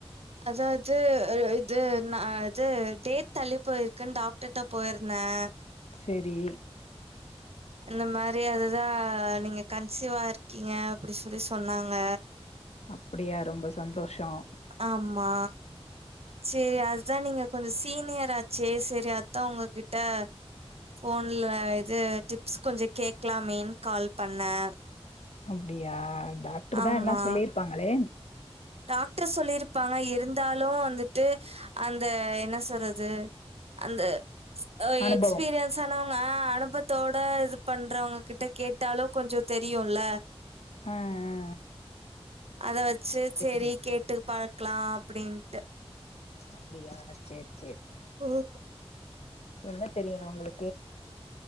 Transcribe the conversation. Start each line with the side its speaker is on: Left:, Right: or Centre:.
Right: அதாது இது நான் து டேட் தள்ளி போயிருக்குன்னு டாக்டர்ட்ட போயிருந்தேன்
Left: சேரி
Right: இந்த மாரி அதுதான் நீங்க கன்சிவா இருக்கீங்க அப்புடி சொல்லி சொன்னாங்க
Left: அப்புடியா ரொம்ப சந்தோஷம்
Right: ஆமா சேரி அதான் நீங்க கொஞ்சோம் சீனியர் ஆச்சே செரி அதான் உங்ககிட்ட போன்ல இது டிப்ஸ் கொஞ்சோம் கேக்லாம் மேன்னு கால் பண்னேன்
Left: அப்டியா டாக்ருதான்
Right: ஆமா.
Left: எல்லா சொல்லிருப்பாங்களே
Right: டாக்டர் சொல்லிருப்பாங்க இருந்தாலும் வந்துட்டு அந்த என்ன சொல்றது அந்த ஆ
Left: அனுபவம்
Right: எக்ஸ்பீரியன்ஸ் வயசானவங்க அனுபவத்தோட இது பண்றவங்க கிட்ட கேட்டாலும் கொஞ்சோம் தெரியும்ல
Left: உம் ம்
Right: அத வச்சி
Left: சரி
Right: சேரி கேட்டு பார்க்கலாம் அப்டின்ட்டு
Left: அப்டியா சேர் சேரி
Right: ஹம்
Left: என்ன தெரியானும் உங்களுக்கு